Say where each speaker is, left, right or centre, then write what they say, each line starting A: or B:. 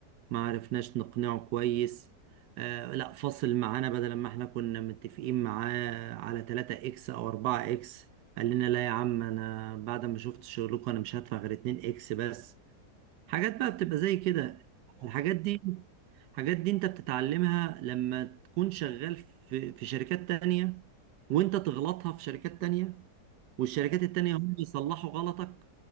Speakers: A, on the right; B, on the right.
A: ما عرفناش نقنعه كويس آه لا فصل معانا بدل ما احنا كنا متفقين معاه على 3 اكس او 4 اكس قال لنا لا يا عم انا بعد ما شفت شغلكم انا مش هدفع غير 2 اكس بس حاجات بقى بتبقى
B: امم
A: زي كده
B: فاهم
A: الحاجات دي الحاجات دي انت بتتعلمها لما تكون شغال في في شركات تانية وانت تغلطها في شركات تانية والشركات
B: اه
A: التانية هم يصلحوا غلطك